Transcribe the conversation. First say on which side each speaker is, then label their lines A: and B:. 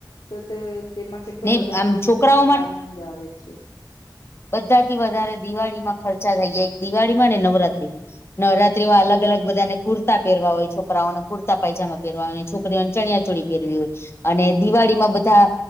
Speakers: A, on the left (about 80°); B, on the left (about 35°).
A: તો તે તેમાં કેટલો
B: ને
A: બધા
B: આમ
A: ના
B: છોકરાઓ
A: મતલબ આનંદ આવે છે
B: બધા થી વધારે દિવાળી માં ખર્ચા થઈ જાય એક દિવાળીમાં અને નવરાત્રીમાં નવરાત્રી અલગ અગ બધાને કુર્તા પહેરવા હોય છોકરાઓને કુર્તા પાયજા પહેરવા હોયને છોકરીઓને ચણિયા ચોળ પરવી હોય અને દિવાળી માં બધા